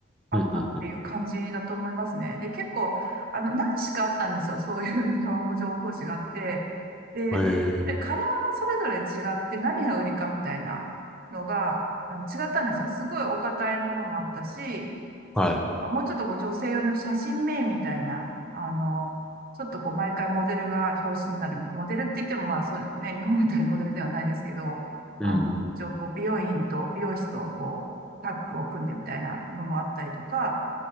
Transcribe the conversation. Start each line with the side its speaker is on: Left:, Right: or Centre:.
Right: あったっていう感じだと思いますね。
Centre: うんうん
Right: で、結構、あの、何しかあったんですよ。そういう <laughs> 日本語情報誌があって。で、
Centre: うん。
Right: でカラーがそれぞれ違って何が売りかみたいなのが、
Centre: ええ、
Right: あの、違ったんですよ。すごいお堅いものもあったし、
Centre: はい。
Right: もうちょっとこう女性用の写真名みたいな、あの、ちょっとこう毎回モデルが表紙になる、モデルって言ってもまあそうね、日本みたいなモデルではないですけど、
Centre: うんうん
Right: あの、一応こう美容院と美容師とこうタッグを組んでみたいなのもあったりとか、